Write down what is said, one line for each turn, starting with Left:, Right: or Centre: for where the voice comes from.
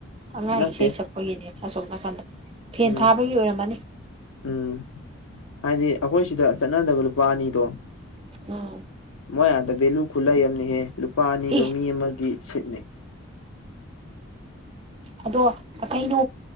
Right: ꯑꯉꯥꯡ
Left: ꯅꯠꯇꯦ
Right: ꯏꯁꯩ ꯁꯛꯄꯒꯤꯅꯦ ꯑꯁꯣꯛꯝ ꯅꯥꯀꯟꯗ ꯐꯦꯟ
Left: ꯎꯝ
Right: ꯊꯥꯕꯒꯤ ꯑꯣꯏꯔꯝꯃꯅꯤ
Left: ꯎꯝ ꯍꯥꯏꯗꯤ ꯑꯩꯈꯣꯏ ꯁꯤꯗ ꯆꯠꯅꯗꯕ ꯂꯨꯄꯥ ꯑꯅꯤꯗꯣ
Right: ꯎꯝ
Left: ꯃꯣꯏ ꯑꯥꯗ ꯚꯦꯂꯨ ꯈꯨꯂꯩ ꯑꯃꯅꯤꯍꯦ ꯂꯨꯄꯥ ꯑꯅꯤꯗꯣ
Right: ꯑꯦ
Left: ꯃꯤ ꯑꯃꯒꯤ ꯁꯤꯠꯅꯦ
Right: ꯑꯗꯣ ꯀꯩꯅꯣ